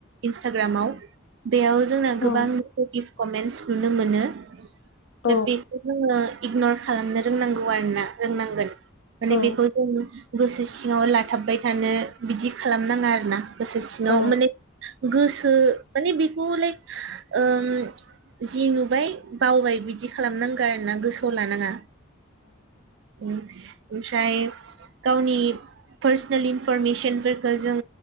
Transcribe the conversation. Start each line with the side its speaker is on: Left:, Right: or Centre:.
Right: इन्स्टाग्रामाव बेयाव जोंना
Left: औ
Right: गोबां नेगेटिभ कमेन्टस नुनो मोनो
Left: औ
Right: बेखौ जोङो इगनर खालामनो रोंनांगौ आरोना, रोंनांगोन। माने
Left: औ
Right: बेखौ जों गोसो सिङाव लाथाबबाय थानो बिदि खालामनाङा आरोना गोसो सिङाव
Left: औ
Right: माने गोसो माने बेखौ लाइक जि नुबाय बावबाय बिदि खालामनांगौ आरोना गोसोआव लानाङा। ओमफ्राय गावनि पार्सनेल इनफरमेसनफोरखौ जों